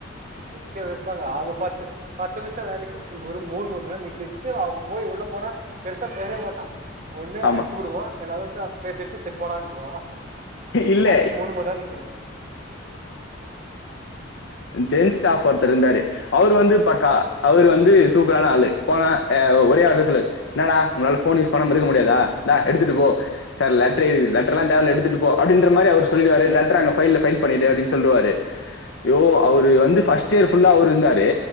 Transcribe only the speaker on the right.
நிக்க வைப்பாங்க அவங்க பத்து பத்து நிமிஷம் வேலைக்கு ஒரு மணு மூணு நேர நீக்கவச்சுட்டு அவன் போய் உள்ள போனா பெருசா பேசவே மாட்டான் ஒண்ணு அடிச்சு
புடுவோம் எல்லாரும் பேசிட்டு சரி போடானு சொல்லுவான்
அதுக்கு மூணு மணி நேரம் நிக்கணும்